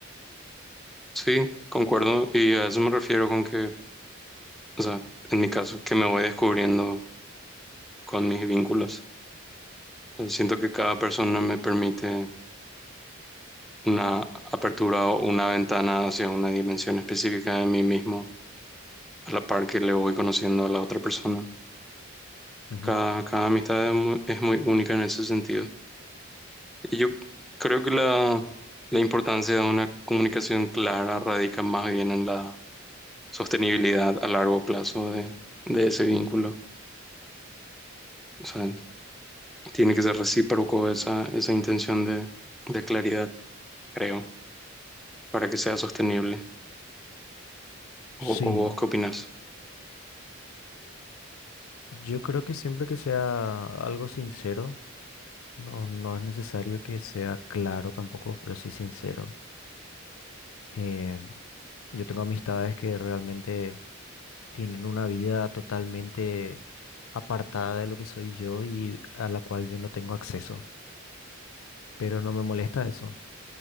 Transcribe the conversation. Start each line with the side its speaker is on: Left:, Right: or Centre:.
Centre: Sí, concuerdo. Y a eso me refiero con que, o sea, en mi caso, que me voy descubriendo con mis vínculos. O Siento que cada persona me permite una apertura o una ventana hacia una dimensión específica de mí mismo, a la par que le voy conociendo a la otra persona.
Left: Ujú.
Centre: Cada, cada amistad es muy, es muy única en ese sentido. Y yo creo que la, la importancia de una comunicación clara radica más bien en la sostenibilidad a largo plazo de, de ese vínculo. O sea, tiene que ser recíproco esa, esa intención de, de claridad, creo, para que sea sostenible. ¿O,
Left: Sí,
Centre: o vos qué opinás?
Left: yo creo que siempre que sea algo sincero, no, no es necesario que sea claro tampoco, pero sí sincero. Eh, yo tengo amistades que realmente tienen una vida totalmente apartada de lo que soy yo y a la cual yo no tengo acceso, pero no me molesta eso,